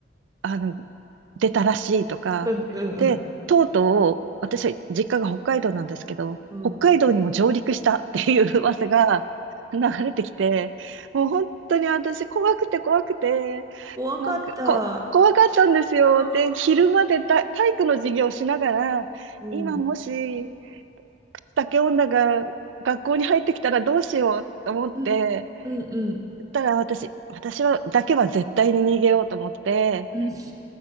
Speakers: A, on the right; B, on the right.
A: あの、出たらしいとか。
B: うんうん
A: で、とうとう、私は実家が北海道なんですけど、
B: うん。
A: 北海道にも上陸したっていう噂が流れてきて、
B: うん。
A: もう本当に私怖くて怖くて、
B: 怖かった。
A: なんかこ、怖かったんですよ。
B: うん。
A: で、昼まで体体育の授業をしながら、
B: うん。
A: 今もし、口竹女が学校に入ってきたらどうしようと思って、
B: うんうん。
A: たら私、私は、だけは絶対に逃げようと思って、
B: うん。